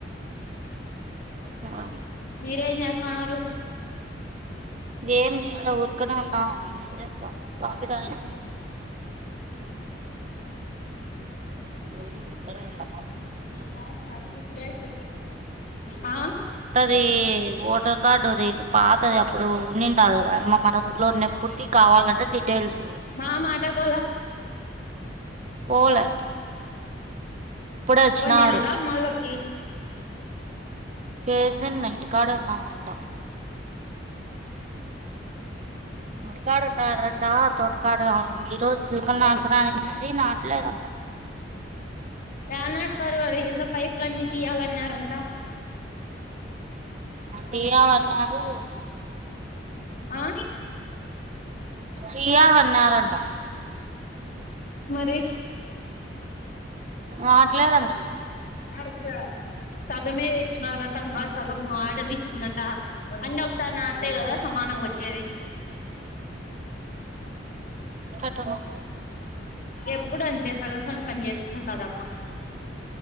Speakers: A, on the right; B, on the left.
A: ఆ
B: మీరేం చేస్తాన్నారు
A: ఏం చేయల ఊరికనే ఉండం ఏం చేద్దాం కాఫీ తాగినాం <unintelligible>
B: కదు first place <unintelligible>
A: the voter card ది పాత అది అప్పుడు ఉన్నింటదు కదా అమ్మా మన ఊర్లో ఉన్న అప్పుడుది కావాలంటే డీటెయిల్స్
B: మా మాటకోలా
A: పోలే ఇప్పుడే వచ్చినాడు
B: ఫోన్ చేయలేదా మల్ల కి
A: చేస్తున్న ఇంటికాడ ఉన్నానుంట ఇంటికాడు ఉంటడంట తోటకాడు ఆ ఈ రోజు <unintelligible> అనేది నాటలేదంట
B: ఏనాటి పరువఆడ కింద పైపులన్నీ తీయాలన్నారంట
A: తీయాలన్నారు
B: ఆ
A: తీయాల అన్నారంట
B: మరి
A: నాటలేదంటలే
B: అడుస సగమే తెచ్చినారంట సగం ఆడర్ ఇచ్చిందంట అన్న ఒకసారి ఆడతే కదా సమాన కొచేవి
A: కు
B: ఎప్పుడుంటే సగం సంగ పని చేసుుకుంటదమ్మా